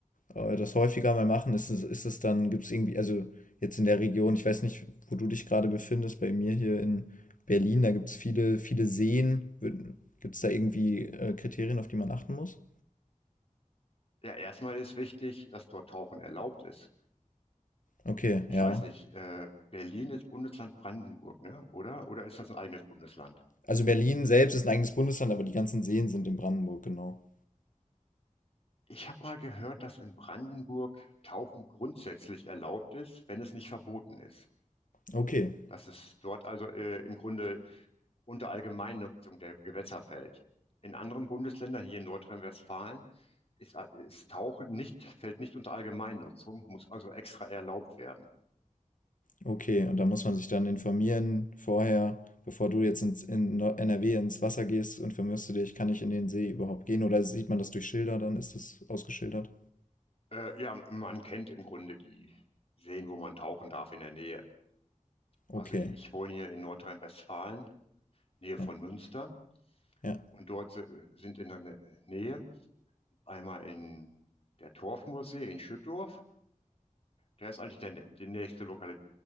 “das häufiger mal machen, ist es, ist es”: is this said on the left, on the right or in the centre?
Left